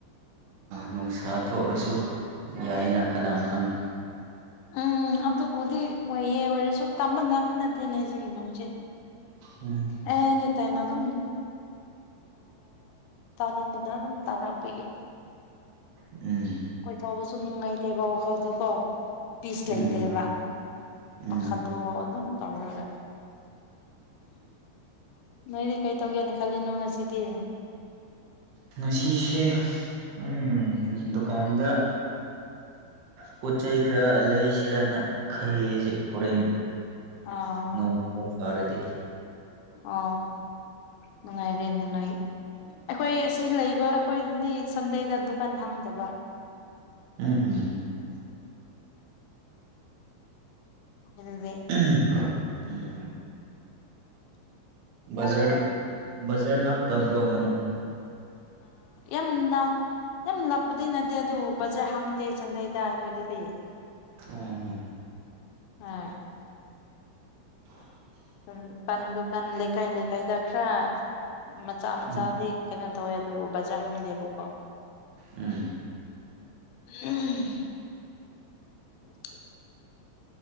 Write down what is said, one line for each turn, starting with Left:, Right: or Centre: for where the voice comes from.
Right: ꯅꯨꯡꯁꯥ ꯊꯣꯛꯂꯁꯨ ꯌꯥꯏꯅ ꯀꯅꯥ ꯈꯪ
Left: ꯎꯝ ꯑꯗꯕꯨꯗꯤꯁꯨ ꯇꯝꯕ ꯉꯝꯕ ꯇꯅꯦꯁꯤꯒꯤ ꯅꯁꯦ
Right: ꯎꯝ
Left: ꯑꯦ ꯑꯦꯅꯤ ꯇꯥꯏꯝ ꯑꯗꯨꯝ ꯇꯥꯅꯤꯡꯕꯗ ꯑꯗꯨꯝ ꯇꯥꯔꯛꯄꯒꯤ
Right: ꯎꯝ
Left: ꯀꯣꯏꯊꯧꯕꯁꯨ ꯅꯨꯡꯉꯥꯏꯇꯦꯕ ꯋꯥꯈꯜꯗꯨꯀꯣ ꯄꯤꯁ
Right: ꯎꯝ
Left: ꯂꯩꯇꯦꯕ
Right: ꯎꯝ ꯎꯝ
Left: ꯄꯈꯗꯣꯛ ꯑꯗꯨꯝ ꯇꯧꯔꯒ ꯅꯣꯏꯗꯤ ꯀꯩ ꯇꯧꯒꯦꯅ ꯈꯜꯂꯤꯅꯣ ꯉꯁꯤꯗꯤ
Right: ꯉꯁꯤꯁꯦ ꯎꯝ ꯗꯨꯀꯥꯟꯗ ꯄꯣꯠ ꯆꯩꯩ ꯈꯔ ꯂꯩꯁꯤꯔꯅ ꯈꯜꯂꯤꯖꯤꯛ ꯍꯣꯔꯦꯟ
Left: ꯑꯥ
Right: ꯅꯣꯡ ꯈꯔ ꯐꯔꯗꯤ
Left: ꯑ ꯅꯨꯡꯉꯥꯏꯔ ꯅꯣꯣꯏ ꯑꯩꯈꯣꯏ ꯑꯁꯤ ꯂꯩꯕ ꯑꯩꯈꯣꯏꯗꯗꯤ ꯁꯟꯗꯦꯗ ꯗꯨꯀꯥꯟ ꯍꯥꯡꯗꯕ
Right: ꯎꯝ ꯍꯝ
Left: ꯑꯗꯨꯗꯤ
Right: ꯎ ꯎꯝ ꯕꯖꯔ ꯕꯖꯔ ꯅꯛꯇꯕ꯭ꯔꯣ ꯅꯪꯒꯤ
Left: ꯦꯝ ꯅꯦꯝ ꯂꯄꯗꯤ ꯅ ꯑꯗꯨꯕꯨ ꯕꯖꯔ ꯍꯪꯗꯦ ꯆꯟꯗꯩꯗ ꯑꯩꯈꯣꯏꯗꯗꯤ
Right: ꯑꯣ
Left: ꯑ
Right: ꯎꯝ
Left: ꯎ ꯄꯟꯗꯨꯀꯥꯟ ꯂꯩꯀꯥꯏ ꯂꯩꯀꯥꯏꯗ ꯈꯔ ꯃꯆꯥ ꯃꯆꯥꯗꯤ
Right: ꯎꯝ
Left: ꯀꯩꯅꯣ ꯇꯧꯋꯦ ꯑꯗꯨꯕꯨ ꯕꯖꯥꯔ ꯍꯪꯗꯦꯕꯀꯣ
Right: ꯎꯝ
Left: ꯎꯝ ꯑꯣ